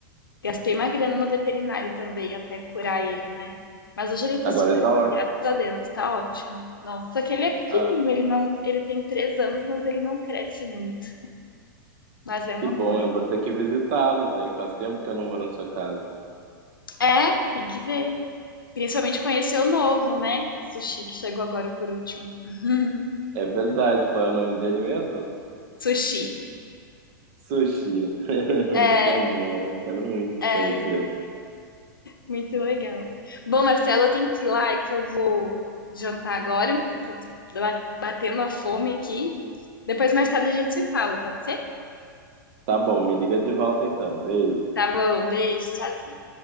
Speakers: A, on the left; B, on the right.
A: Gastei uma grana no veterinário também até curar ele, né? Mas hoje ele tá
B: Agora
A: super
B: tá
A: bem,
B: ótimo.
A: graças a Deus, tá ótimo. Nossa, só que ele é pequenininho,
B: Ah,
A: ele não, ele tem três anos, mas ele não cresce muito. Mas é
B: que
A: um amor.
B: bom, eu vou ter que visitá-los, hein? Faz tempo que eu não vou na sua casa.
A: É, tem que ver. Principalmente conhecer o novo, né? O sushi que chegou agora por último. <laughs>
B: É verdade, qual é o nome dele mesmo?
A: Sushi.
B: Sushi. <laughs>
A: É,
B: Que amor, eu quero muito
A: é.
B: conhecê-lo.
A: Muito legal. Bom, Marcelo, eu tenho que ir lá, é que eu vou jantar agora. que Eu tô ba- batendo a fome aqui. Depois, mais tarde, a gente se fala, pode ser?
B: Tá bom, me liga de volta então. Beijo.
A: Tá bom, beijo, tchau.